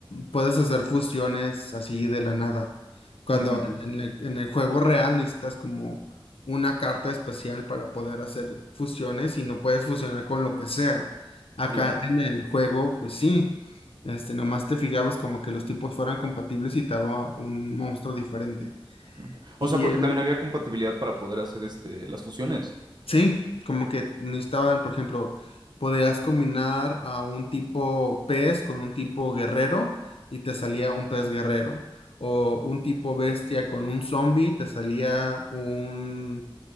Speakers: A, on the left; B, on the right.
A: puedes hacer fusiones así de la nada. Cuando
B: ujú,
A: en, en el, en el juego real necesitas como una carta especial para poder hacer fusiones y no puedes fusionar con lo que sea. Acá
B: claro.
A: en el juego, pues sí, este, nomás te fijabas como que los tipos fueran compatibles y te daba un monstruo diferente.
B: Ujú. O
A: Y
B: sea, porque
A: el,
B: también había compatibilidad para poder hacer este, las fusiones.
A: Sí, como que necesitaban, por ejemplo, podías combinar a un tipo pez con un tipo guerrero y te salía un pez guerrero. O un tipo bestia con un zombie, te salía un,